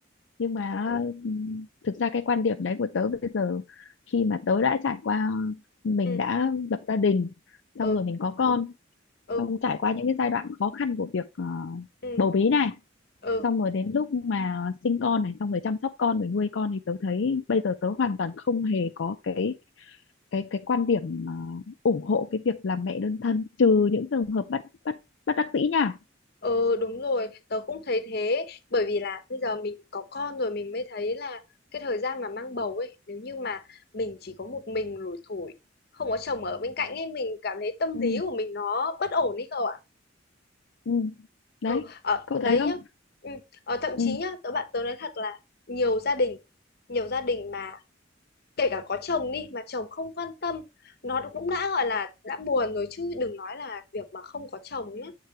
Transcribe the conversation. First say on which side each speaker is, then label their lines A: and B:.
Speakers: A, on the left; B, on the left.
A: nhưng mà
B: ừ
A: thực ra cái quan điểm đấy của tớ bây giờ khi mà tớ đã trải qua mình
B: ừ
A: đã lập gia đình xong
B: ừ
A: rồi mình có con
B: ừ
A: xong trải qua những cái giai đoạn khó khăn của việc ờ,
B: ừ
A: bầu bí này
B: ừ
A: xong rồi đến lúc mà sinh con này xong rồi chăm sóc con rồi nuôi con thì tớ thấy bây giờ tớ hoàn toàn không hề có cái cái cái quan điểm ờ, ủng hộ cái việc làm mẹ đơn thân trừ những trường hợp bất bất bất đắc dĩ nha
B: ừ, đúng rồi tớ cũng thấy thế bởi vì là bây giờ mình có con rồi mình mới thấy là cái thời gian mà mang bầu ấy nếu như mà mình chỉ có một mình lủi thủi không có chồng ở bên cạnh ấy mình cảm thấy tâm
A: ừ,
B: lý của mình nó bất ổn ấy cậu ạ
A: ừ. đấy
B: ừ ở
A: cậu
B: đấy
A: thấy không
B: nhá ừ. ờ, thậm
A: ừ,
B: chí nhá tớ bạn tớ nói thật là nhiều gia đình nhiều gia đình mà kể cả có chồng đi mà chồng không quan tâm nó cũng đã gọi là đã buồn rồi chứ đừng nói là việc mà không có chồng nhá